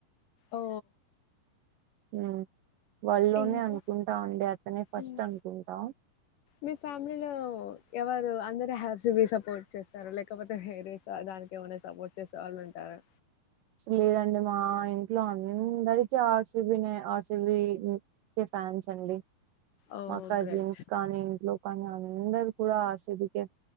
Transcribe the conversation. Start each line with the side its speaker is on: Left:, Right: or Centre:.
Left: ఓ
Right: హ వరల్డ్ లోని
Left: ఇంకా
Right: అనుకుంటాం అండి అతనే ఫస్ట్
Left: ఉమ్,
Right: అనుకుంటా
Left: మీ ఫ్యామిలీలో ఎవరు అందరు హ సపోర్ట్ చేస్తారు లేకపోతే హర దానికి ఏమనా సపోర్ట్ చేసే వాళ్ళు ఉంటారు
Right: లేదండి మా ఇంట్లో అందరికీ ఆర్సిబీ నే ఆర్సిబి ఫ్యాన్స్ అండి
Left: ఓ
Right: మా కజిన్స్
Left: గ్రేట్
Right: కానీ ఇంట్లో కానీ అందరు కూడా ఆర్ సి బి